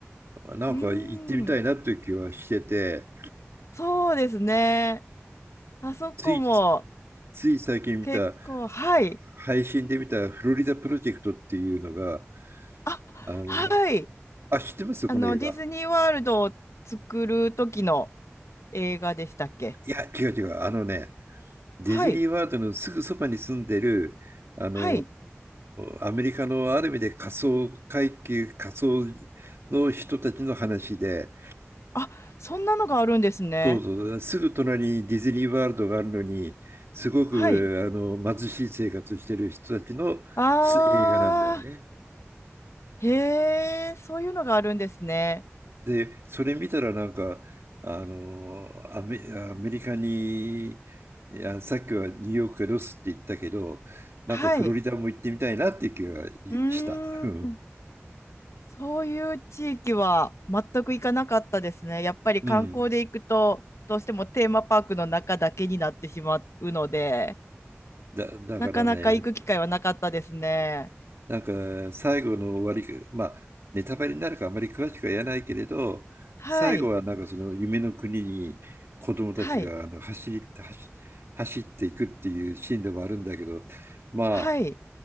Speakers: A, on the right (about 60°); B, on the left (about 70°).
A: なんか行ってみたいなという気はしてて、
B: うーん、そうですね。あそこも
A: つい、つい最近見た、
B: 結構、はい。
A: 配信で見たフロリダプロジェクトっていうのが、
B: あ、
A: あの、
B: はい。
A: あ、知ってますこの映画。
B: あの、ディズニーワールドを作る時の映画でしたっけ
A: いや、違う違う。あのね、ディズニーワールドのすぐそばに住んでる、
B: はい。
A: あの
B: はい。
A: ーアメリカのある意味で仮想階級、仮想の人たちの話で、
B: あ、そんなのがあるんですね。
A: そうそう、すぐ隣にディズニーワールドがあるのに、すごくあの貧しい生活してる人たちのす映画なんだよね。
B: はい。あー、へえ、そういうのがあるんですね。
A: で、それ見たらなんか、あのアメ、アメリカに、いや、さっきはニューヨークがロスって言ったけど、なんかフロリダも行ってみたいなっていう気がした。
B: はい。うーん。
A: うん。
B: そういう地域は全く行かなかったですね。やっぱり観光で行くと、
A: うん
B: どうしてもテーマパークの中だけになってしまうので、
A: だ、だからね、
B: なかなか行く機会はなかったですね。
A: なんか最後の終わり、まあネタバレになるからあまり詳しくは言えないけれど、
B: はい。
A: 最後はなんかその夢の国に子供たちがあの走り、
B: はい。
A: 走、走っていくっていうシーンでもあるんだけど、まあ
B: はい。